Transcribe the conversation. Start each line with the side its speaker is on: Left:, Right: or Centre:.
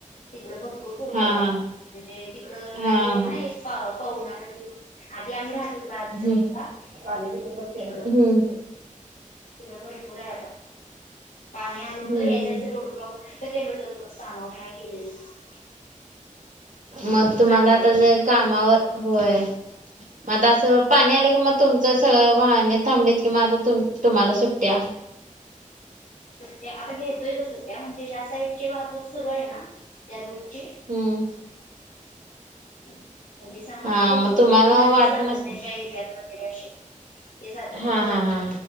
Left: तिकडे भरपूर पूर
Right: हा
Left: आलाए.
Right: हा
Left: आता म्हणजे तिकड नदी
Right: हा
Left: आहे
Right: हा
Left: ना एक? पवना नदी <unintelligible> आधी आम्ही राहायचो ना आधीच्या
Right: हम्म
Left: बाजुला
Right: हम्म
Left: तिकड.
Right: हम्म
Left: <unintelligible> भरपूरए आता. पाणी
Right: हम्म
Left: आलं होत <unintelligible>
Right: मग
Left: पाणी
Right: तुम्हाला
Left: आलं
Right: आता जर
Left: मग
Right: कामावर- होय. मग असं पाणी आलं की मग तुमचं सगळ वाहने थांबलीत कि मग आता तुम्हाला सुट्ट्या.
Left: त्या आता घेतोय असो त्या म्हणजे ज्या साईडची वाहतूक सुरू आहे ना त्या रोडची
Right: हम्म.
Left: म्हणजे समाज
Right: हा
Left: बघ
Right: मग
Left: तिकड
Right: तुम्हाला
Left: नदीच
Right: वाट
Left: लागत
Right: नस
Left: नाही ज एरियात वगैरे असे ते जातात
Right: हा हा हा.